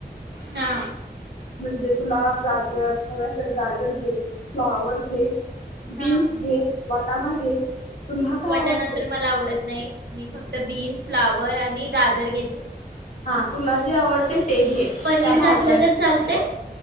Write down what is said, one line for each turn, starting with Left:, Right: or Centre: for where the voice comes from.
Right: हा.
Left: म्हणजे तुला गाजर हवे असेल. गाजर घे. फ्लॉवर घे. बीन्स
Right: हा
Left: घे. वटाणा घे. तुला काय
Right: वटाणा
Left: आवडते
Right: तर मला आवडत नाही. मी फक्त बीन्स, फ्लावर आणि गाजर घेते.
Left: हा तुला जे आवडतय ते घे.
Right: पनीर
Left: त्या भाज्या
Right: घातलं तर चालतय?